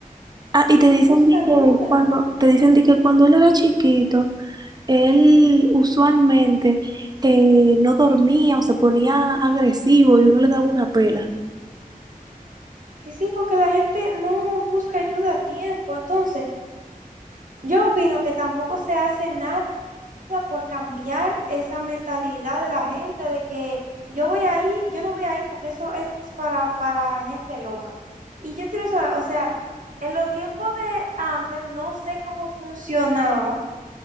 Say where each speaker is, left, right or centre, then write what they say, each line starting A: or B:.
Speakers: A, on the right; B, on the right.
A: Ah, y te dicen
B: No busca
A: de
B: ayuda.
A: que cuando, te dicen de que cuando él era chiquito, él usualmente eh, no dormía o se ponía agresivo y uno le daba una pela.
B: Que sí, porque la gente no busca ayuda a tiempo. Entonces, yo opino que tampoco se hace nada por cambiar esa mentalidad de la gente de que yo voy ahí, yo no voy ahí porque eso es para, para gente loca. Y yo quiero saber, o sea, en los tiempos de antes no sé cómo funcionaba